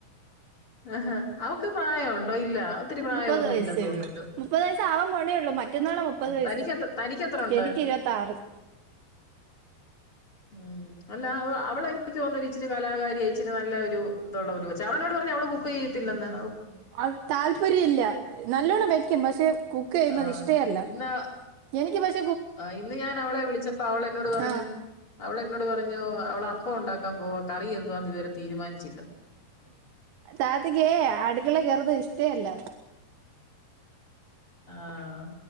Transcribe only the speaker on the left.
ആഹാ അവക്ക് പ്രായൊണ്ടോ ഇല്ല ഒത്തിരി പ്രായൊന്നില്ലെന്ന്
തോന്നല്ലോ
തനിക്കെത്ര തനിക്കെത്ര ഉണ്ട്
ഉം അല്ല അവളനിക്ക് തോന്നുന്നു ഒരിച്ചിരി കലാകാരിയ ഇച്ചിരി നല്ല ഒരു ഇതുള്ളൊരു കൊച്ചാ അവളോട് പറഞ് അവള്- കുക്ക് ചെയ്യത്തില്ലന്ന്
ആഹ്
ഇന്നാ
ആഹ് ഇന്ന് ഞാൻ അവളെ വിളിച്ചപ്പം അവളെന്നോട് പറഞ്ഞു
അവളെന്നോട് പറഞ്ഞു അവള് അപ്പം ഉണ്ടാക്കാൻ പോവാ കറി എന്തുവാ ഇതുവരെ- തീരുമാനിച്ചില്ലെന്ന്
ആഹ്